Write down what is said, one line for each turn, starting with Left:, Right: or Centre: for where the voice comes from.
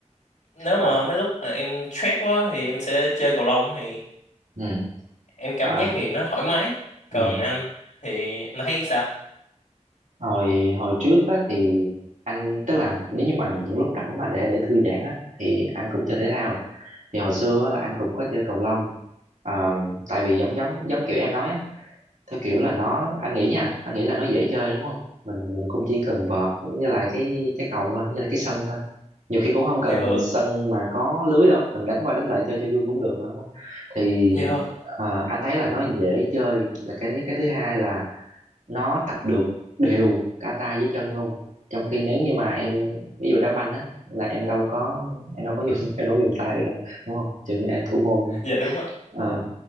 Left: nếu mà
Right: à
Left: mấy lúc mà em stress quá thì em sẽ chơi cầu lông thì
Right: ừ
Left: em cảm
Right: à
Left: giác thì nó thoải mái còn
Right: ừ
Left: anh thì anh thấy sao
Right: hồi hồi trước á thì anh tức là nếu như mà những lúc rảnh mà để để thư giãn á thì anh cũng chơi thể thao thì hồi xưa á, là anh cũng có chơi cầu lông Ờ, tại vì giống giống giống kiểu em nói á theo kiểu là nó anh nghĩ nha anh nghĩ là nó dễ chơi đúng không mình mình cũng chỉ cần vợt như là cái trái cầu thôi như là cái sân thôi nhiều khi cũng không cần
Left: dạ hơn
Right: sân mà có lưới đâu mình đánh qua đánh lại chơi cho vui cũng được mà đúng không thì
Left: dạ hơn
Right: ờ, anh thấy là nó dễ chơi là cái thứ nhất cái thứ hai là nó tập được đều cả tay với chân luôn trong khi nếu như mà em ví dụ đá banh á là em đâu có em đâu có dùng <laughs> em đâu có dùng tay được đâu đúng không trừ khi nào em thủ môn thôi
Left: dạ đúng ạ
Right: Ờ